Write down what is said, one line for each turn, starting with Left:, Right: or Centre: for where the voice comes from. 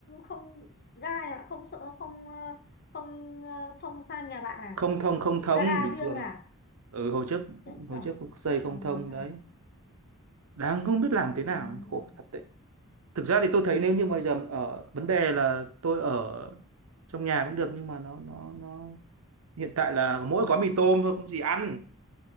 Left: không ga nhà bạn không sợ không ờ, không ờ, thông sang nhà bạn à
Right: không thông không thông
Left: gara
Right: bình
Left: riêng
Right: thường
Left: à
Right: ừ hồi trước
Left: chết
Right: hồi
Left: giờ
Right: trước xây
Left: thế bây
Right: không
Left: giờ
Right: thông
Left: làm thế
Right: đấy
Left: nào nhỉ?
Right: đang không biết làm thế
Left: bây
Right: nào
Left: giờ làm
Right: khổ
Left: thế nào
Right: thật thực ra thì tôi thấy nếu như bây giờ ở vấn đề là tôi ở trong nhà cũng được nhưng mà nó nó nó hiện tại là mỗi gói mì tôm thôi không gì ăn